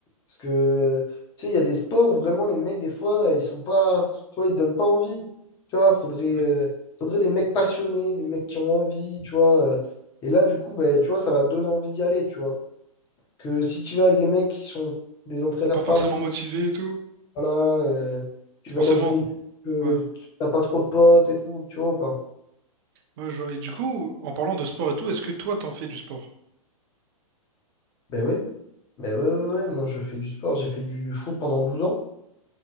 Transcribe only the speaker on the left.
Parce que, tu sais, il y a des sports où vraiment les mecs, des fois, ils sont pas, tu vois, ils te donnent pas envie. Tu vois, faudrait,
euh, faudrait des mecs passionnés, des mecs qui ont envie, tu vois. euh. et là, du coup, ben, tu vois, ça va te donner envie d'y aller, tu vois. Que si tu vas avec des mecs qui sont des entraîneurs
pas ouf,
voilà, euh, tu vas
dans une équipe, euh,
tu n'as pas trop de potes et tout, tu vois, ou pas
Ben ouais, ben ouais, ouais, ouais, moi je fais du sport, j'ai fait du foot pendant 12 ans,